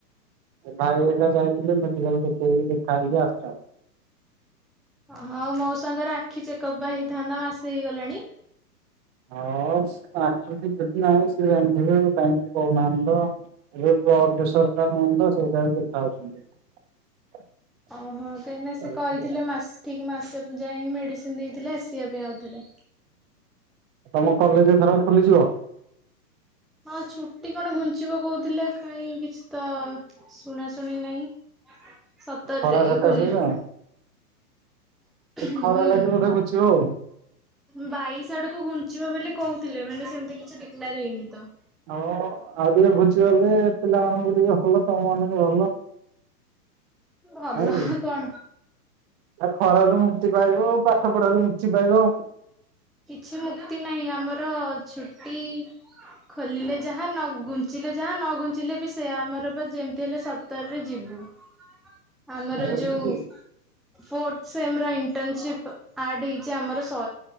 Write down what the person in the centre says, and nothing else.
ଓହ ଆଉ ମଉସାଙ୍କର ଆଖି ଚେକପ୍ ବା ହେଇଥାନ୍ତା ମାସେ ହେଇଗଲାଣି।
ଓହୋ କାହିଁକିନା
ସେ କହିଥିଲେ ମାସ୍ ଠିକ ମାସେ ଯାଏ ହିଁ ମେଡ଼ିସିନ ଦେଇଥିଲେ ଆସିବା ପାଇଁ ଆଉଥରେ।
ହଁ ଛୁଟି କଣ ଘୁଞ୍ଚିବ କହୁଥିଲେ କାହିଁ କିଛିତ ଶୁଣା ଶୁଣି ନାହିଁ ସତରେ
ଇଁ ଖୋଲିଯିବ।
ହୁଁ।
ବାଇଶ ଆଡକୁ ଘୁଞ୍ଚିବ ବୋଲି କହୁଥିଲେ ମାନେ ସେମିତି କିଛି ଟିକିଲାର ହେଇନି ତ
ଭଲ
କଣ
କିଛି ମୁକ୍ତି ନାହିଁ ଆମର ଛୁଟି ଖୋଲିଲେ ଯାହା ନଗୁ ଘୁଞ୍ଚିଲେ ଯାହା ନ ଘୁଞ୍ଚିଲେ ବି ସେ ଆମର ବା ଯେମିତି ହେଲେ ସତରରେ ଯିବୁ ଆମର
ଯୋଉ ଥ ଇଣ୍ଟସି ହେ ଆମର